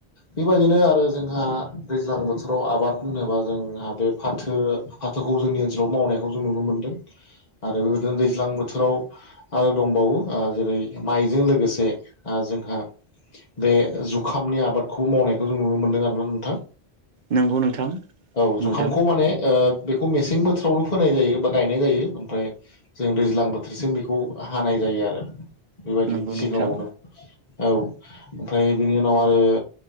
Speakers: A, on the left; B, on the right.
A: बेबायदिनो आरो जोंहा दैज्लां बोथोराव आबाद होनोबा जोंहा बे फाथो। फाथोखौ जोंनि ओनसोलाव मावनायखौ जों नुनो मोनदों। आरो बेबायदिनो दैज्लां बोथोराव आरो दंबावो आ जेरै माइजों लोगोसे आ जोंहा बे जुखामनि आबादखौ मावनायखौ जों नुनो मोनदों आरोना नोंथां।
B: नंगौ नोंथां
A: औ जुखामखौ
B: नुदों
A: माने ओ बेखौ मेसें बोथो फावनो फोनाय जायो, बा गायनाय जायो। ओमफ्राय जों दैज्लां बोथोरसिम बेखौ हानाय जायो आरो। बेबायदि
B: नंगौ
A: सिगाङावनो
B: नोंथां
A: औ ओमफ्राय बिनि उनाव आरो